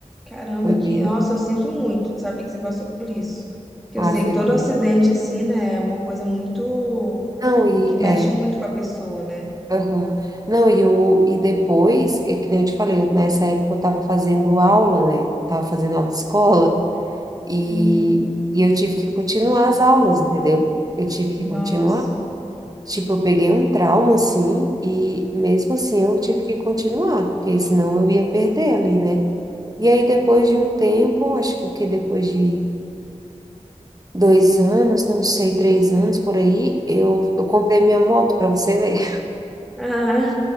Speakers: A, in the centre; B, on the right.
A: Caramba,
B: Foi bem.
A: que, nossa, eu sinto muito de saber que você passou por isso. Que
B: Ah,
A: eu sei
B: foi
A: que todo
B: bem.
A: acidente, assim, né, é uma coisa muito,
B: Não, e
A: que mexe
B: é.
A: muito com a pessoa, né?
B: aham. Não, e, o, e depois, é que nem eu te falei, eu- nessa época eu tava fazendo aula, né? Tava fazendo aula de escola e,
A: Uhum.
B: e eu tive que continuar as aulas, entendeu? Eu tive que
A: Nossa.
B: continuar. Tipo, eu peguei um trauma, assim, e mesmo assim eu tive que continuar, porque senão eu ia perder ali, né? E aí, depois de um tempo, acho que, o que depois de dois anos, não sei, três anos por aí, eu, eu comprei minha moto para você ver. <laughs>
A: Ah,